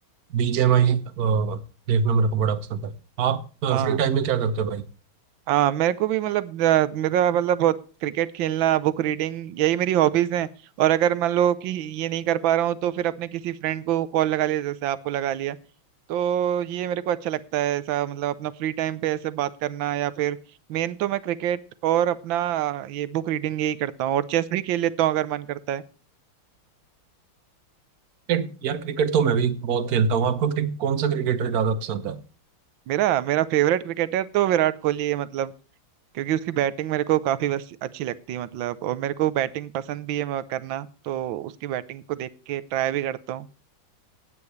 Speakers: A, on the right (about 55°); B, on the right (about 75°).
A: बीजेएमआई देखना मेरे को बड़ा पसंद है आप फ्री
B: हाँ
A: टाइम में क्या करते हो भाई
B: हाँ मेरे को भी मतलब अ, मेरा मतलब बहुत क्रिकेट खेलना बुक रीडिंग यही मेरी हॉबीज हैं और अगर मान लो कि ये नहीं कर पा रहा हूँ तो फिर अपने किसी फ्रेंड को कॉल लगा लिया जैसे आपको लगा लिया तो ये मेरे को अच्छा लगता है ऐसा मतलब अपना फ्री टाइम पे ऐसे बात करना या फिर मेन तो मैं क्रिकेट और अपना अ, ये बुक रीडिंग यही करता हूँ और चेस भी खेल लेता हूँ अगर मन करता है
A: क्रिकेट यार क्रिकेट तो मैं भी बहुत खेलता हूँ आपको क्रिक- कौन सा क्रिकेटर ज्यादा पसंद है
B: मेरा मेरा फेवरेट क्रिकेटर तो विराट कोहली है मतलब क्योंकि उसकी बैटिंग मेरे को काफी बस अच्छी लगती है मतलब और मेरे को बैटिंग पसंद भी है मैं करना तो उसकी बैटिंग को देख के ट्राई भी करता हूँ